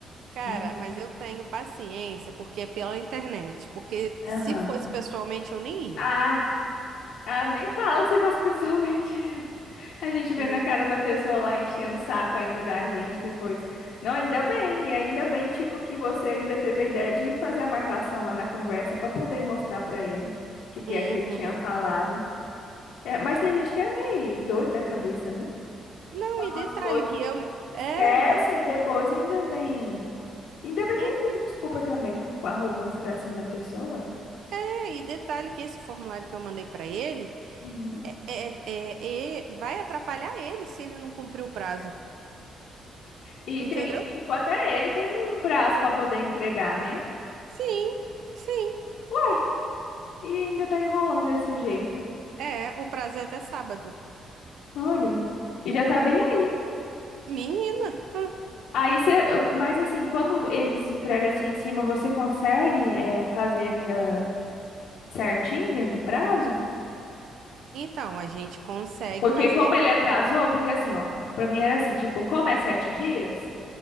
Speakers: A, on the right; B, on the left.
A: Cara,
B: Me-
A: mas eu tenho paciência porque é pela internet. Porque
B: Aham.
A: se fosse pessoalmente, eu nem
B: Ah,
A: ia.
B: ah, nem fala se faz pessoalmente. A gente vê
A: Não.
B: na cara da pessoa lá enchendo o saco ainda da gente depois. Não, ainda bem, e ainda bem, tipo, que você ainda teve a ideia de fazer a marcação lá na conversa para poder mostrar para ele o que que
A: Uhum.
B: é que ele tinha falado. É, mas tem gente que é meio doida da cabeça, né?
A: Não,
B: Fala
A: e
B: umas
A: detalhe
B: coisas
A: que eu.
B: assim,
A: le-
B: esquece
A: É, parece.
B: e depois ainda vem. Ainda bem que
A: Uhum.
B: ele pediu desculpa também, com arrogância pra cima da pessoa, uai.
A: É, e detalhe que esse formulário que eu mandei pra ele
B: Uhum.
A: é, é, é, é- vai atrapalhar ele se ele não cumprir o prazo.
B: E
A: Entendeu?
B: tem, tipo, até ele tem um prazo para poder entregar, né?
A: Sim, sim.
B: Uai, e ainda tá enrolando desse jeito.
A: É, o prazo é até sábado.
B: Olha, e já tá
A: É.
B: bem aí.
A: Menina. hum.
B: Aí você, mas assim, quando eles entregam assim em cima, você consegue eh, fazer ainda certinho dentro do prazo?
A: Então, a gente consegue,
B: Porque
A: mas
B: como
A: aí.
B: ele atrasou, porque assim, ó, pra mim era assim, tipo, como é sete dias,